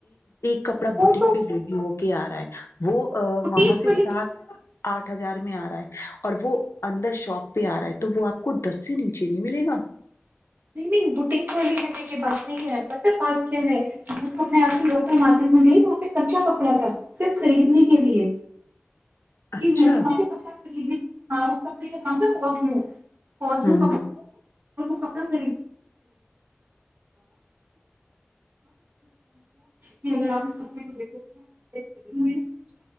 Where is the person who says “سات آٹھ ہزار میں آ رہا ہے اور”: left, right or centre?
Left